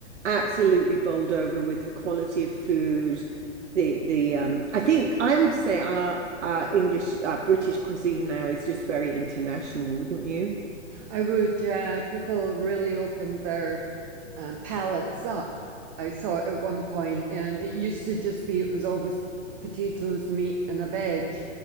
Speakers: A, on the right (about 70°); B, on the right (about 25°).
A: absolutely bowled over with the quality of food. The the um, I think I would say our our English our British cuisine now is just very international, wouldn't you?
B: I would, yeah. People really opened their um, palates up. I saw it at one point. Um, it used to just be, it was always potatoes, meat, and a veg.